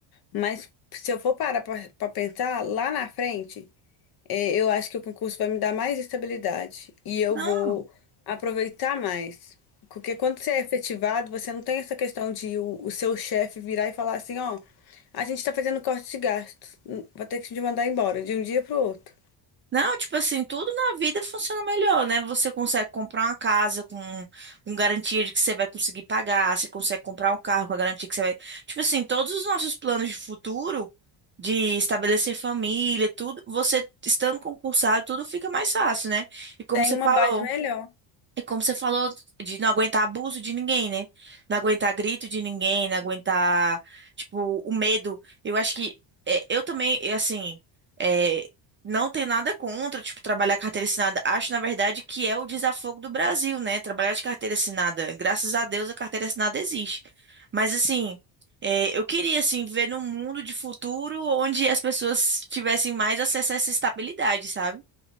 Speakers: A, on the left; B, on the right.
A: Mas se eu for parar pra pra pensar, lá na frente, eh, eu acho que o concurso vai me dar mais estabilidade e eu
B: não.
A: vou aproveitar mais. Porque quando você é efetivado, você não tem essa questão de o, o seu chefe virar e falar assim, ó, a gente tá fazendo corte de gastos, hum, vou ter que te mandar embora de um dia pro outro.
B: Não, tipo assim, tudo na vida funciona melhor, né? Você consegue comprar uma casa com, com garantia de que você vai conseguir pagar, você consegue comprar um carro com a garantia que você vai. Tipo assim, todos os nossos planos de futuro, de estabelecer família, tudo, você estando concursado, tudo fica mais fácil, né? E como
A: Tem
B: você
A: uma
B: falou.
A: base melhor.
B: É como você falou, de não aguentar abuso de ninguém, né? Não aguentar grito de ninguém, não aguentar, tipo, o medo. Eu acho que é, eu também, é, assim, é, não tenho nada contra, tipo, trabalhar carteira assinada. Acho, na verdade, que é o desafogo do Brasil, né? Trabalhar de carteira assinada. Graças a Deus a carteira assinada existe. Mas, assim, é, eu queria, assim, viver num mundo de futuro onde as pessoas tivessem mais acesso a essa estabilidade, sabe?